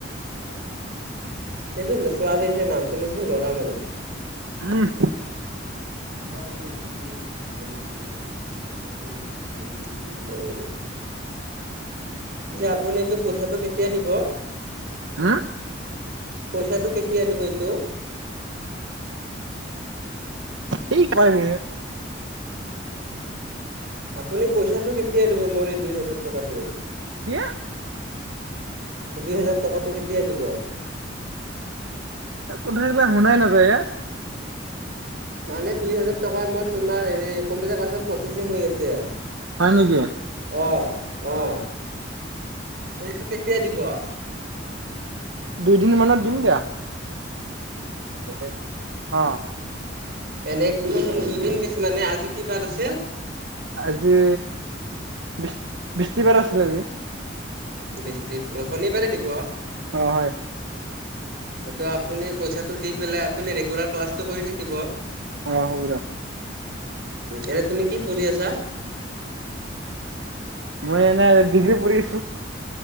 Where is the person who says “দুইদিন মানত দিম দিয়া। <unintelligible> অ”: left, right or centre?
Right